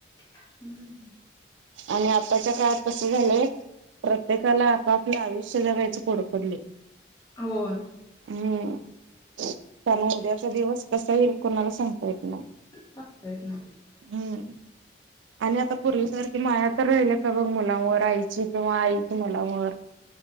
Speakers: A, on the left; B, on the right.
A: हम्म.
B: आणि आताच्या काळात कस झालंय प्रत्येकाला आपापले आयुष्य जगायचं पुड पडलय.
A: होय.
B: हम्म त्याण उद्याचा दिवस कसा येईल कोणाला सांगता येत नाही.
A: <unintelligible>
B: हम्म. आणि आता पूर्वीसारखी माया तर राहिली का बघ मुलावर आईची किंवा आईची मुलावर.